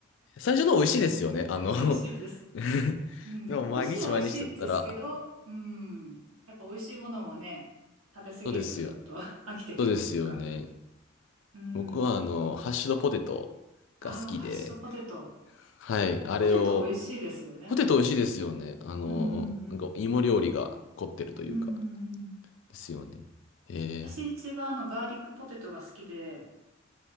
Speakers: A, on the left; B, on the right.
A: 最初の美味しいですよね。
B: <laughs>
A: あの
B: 美味しいです。
A: <laughs>
B: うん。
A: でも毎日毎日だったら、
B: 美味しいは美味しいんですけど、うん。やっぱ美味しいものもね、食べ過ぎるとちょっと
A: そうですよ。
B: <laughs> 飽きてくるというか。
A: そうですよね。
B: うん。
A: 僕はあの、ハッシュドポテトが好きで、
B: ああ、ハッシュドポテト。
A: はい、あれを、
B: ポテト美味しいですよね。
A: ポテト美味しいですよね。あの、
B: うんうんうん。
A: なんか芋料理が凝ってるというか、
B: うんうんうん。
A: ですよね。へえ。
B: 私一番あのガーリックポテトが好きで、